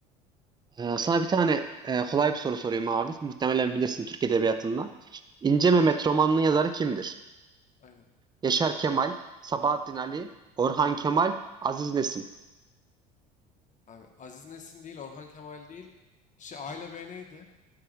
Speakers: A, on the right; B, on the left.
A: Ee, sana bir tane e, kolay bir soru sorayım abi. Muhtemelen bilirsin Türk Edebiyatı'ndan. İnce Mehmet romanının yazarı kimdir?
B: aynen.
A: Yaşar Kemal, Sabahattin Ali, Orhan Kemal, Aziz Nesin.
B: Abi Aziz Nesin değil, Orhan Kemal değil. Şey A ile B neydi?